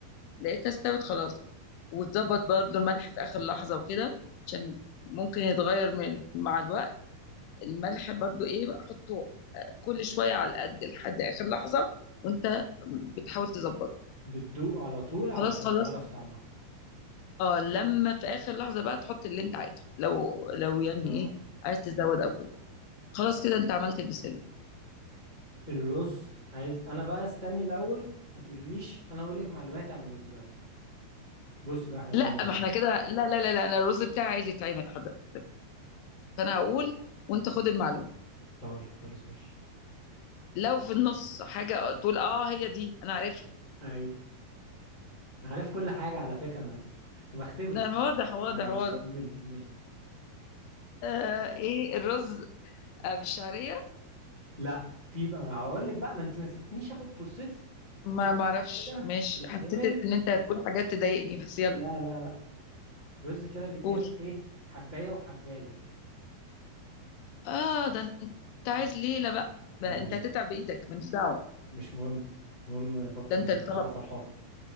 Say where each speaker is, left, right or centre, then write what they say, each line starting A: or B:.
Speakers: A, on the left; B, on the left.
A: لقيتها استوت خلاص وتظبط برضو الملح في اخر لحظه وكده عشان ممكن يتغير من مع الوقت الملح برضو ايه حطه كل شويه على القد لحد اخر لحظه وانت بتحاول تظبط
B: بتدوق على طول علشان
A: خلاص خلاص
B: اعرف طعمها
A: اه لما في اخر لحظه بقى تحط اللي انت عايزه لو لو يعني
B: اه
A: ايه عايز تزود او كده خلاص كده أنت عملت البسلة
B: الرز عايز انا بقى استني الاول ما تقوليش انا اقول لك معلوماتي عن الرز الاول بصي بقى احنا بنعمل
A: لا
B: ايه
A: ما إحنا كده لا لا لا لا أنا الرز بتاعي عايز يتعمل حضرتك فأنا هقول وأنت خد المعلومة
B: طيب خلاص ماشي
A: لو في النص حاجة تقول أه هي دي أنا عارفها
B: ايوه أنا عارف كل حاجه على فكره انا انا بختبرك
A: ده
B: اصلا
A: واضح واضح
B: يعني ماشي
A: واضح
B: كملي كملي
A: آه إيه الرز آه، بالشعرية
B: لا في بقى هقول لك بقى ما انت ما سبتنيش اخد فرصتي
A: ما
B: في
A: ما أعرفش
B: كده
A: ماشي
B: بيتعمل
A: حسيت إن أنت هتقول حاجات تضايقني بس يلا
B: لا لا لا رز كده بيتعمل
A: قول
B: ايه حبايه وحبايه كده
A: آه ده أنت عايز
B: اه
A: ليلة بقى ده
B: ايوه
A: أنت هتتعب بإيدك ماليش دعوة
B: مش مهم المهم بطني
A: ده أنت اللي
B: تبقى
A: طلب
B: فرحانه